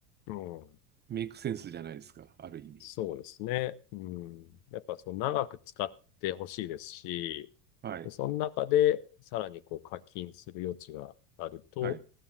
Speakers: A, on the left; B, on the right.
A: うん。うん。
B: メイクセンスじゃないですか、ある意味。
A: そうですね。うん。やっぱその長く使ってほしいですし、
B: はい、
A: その中でさらにこう課金する余地があると
B: はい、